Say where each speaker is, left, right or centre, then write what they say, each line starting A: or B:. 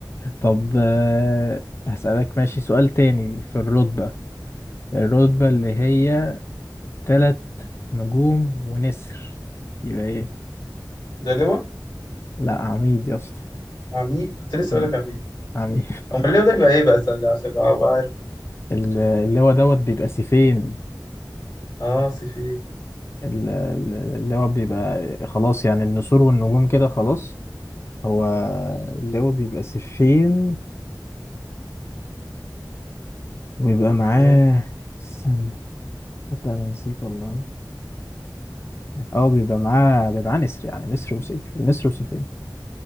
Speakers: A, on the left; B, on the left.
A: طب آه، هسألك ماشي سؤال تاني في الرتبة الرتبة اللي هي تلات نجوم ونسر يبقى ايه
B: ده لواء
A: لا عميد يا اسطى
B: عميد كنت لسه
A: مم،
B: اقول لك عميد
A: عميد <laughs>
B: امال ليه ده يبقى ايه بقى ثانية عشان ابقى عارف
A: ال- اللي هو دوت بيبقى سيفين
B: اه سيفي
A: ال- ال- اللي هو بيبقى خلاص يعني النسور والنجوم كده خلاص هو اللي هو بيبقى سفين ويبقى معاه
B: ماشي.
A: استنى حتى انا نسيت والله اه بيبقى معاه بيبقى معاه نسر يعني نسر وسيف نسر وسيفين